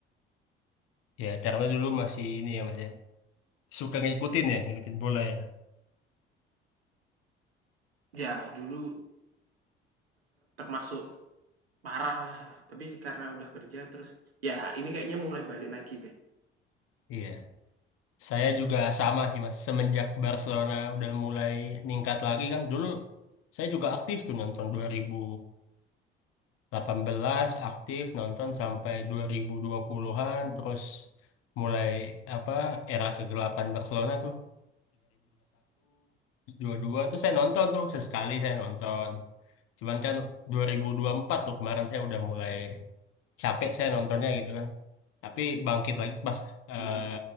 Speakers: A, on the left (about 50°); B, on the right (about 80°).
A: ya karena dulu masih ini ya Mas ya, suka ngikutin ya, ngikutin bola ya.
B: Ya dulu termasuk parah lah, tapi karena udah kerja terus ya ini kayaknya mulai balik lagi deh.
A: Iya, saya juga sama sih Mas. Semenjak Barcelona udah mulai ningkat lagi kan, dulu saya juga aktif tuh nonton 2000. delapan belas aktif nonton sampai 2020-an terus mulai apa era kegelapan Barcelona tuh 2021 dua tuh saya nonton tuh sesekali saya nonton cuman kan dua ribu dua ribu empat tuh kemarin saya udah mulai capek saya nontonnya gitu kan tapi bangkit lagi pas eh,
B: Mhm,